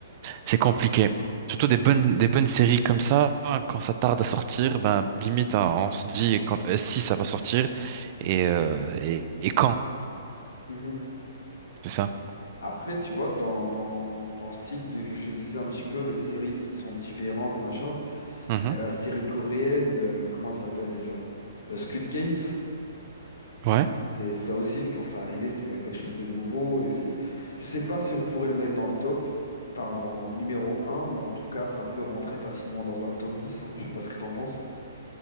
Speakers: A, on the right (about 40°); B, on the left (about 80°).
A: c'est compliqué. Surtout des bonnes, des bonnes séries comme ça, hein, quand ça tarde à sortir, ben, limite, hein, on se dit quand, euh, si ça va sortir et, euh, et, et quand,
B: Mhm.
A: c'est ça?
B: Après, tu vois, dans, dans, dans le style de, que je te disais un petit peu, les séries qui sont différentes, machin,
A: Mhm.
B: il y a la série coréenne, euh, comment elle s'appelle déjà? Euh, Squid Games.
A: Ouais.
B: Et ça aussi, quand ça arrivait, c'était quand même quelque chose de nouveau. Et c'est... Je sais pas si on pourrait le mettre dans le top, enfin dans le numéro un mais en tout cas, ça peut rentrer facilement dans un top dix Hein. Je sais pas ce que t'en penses.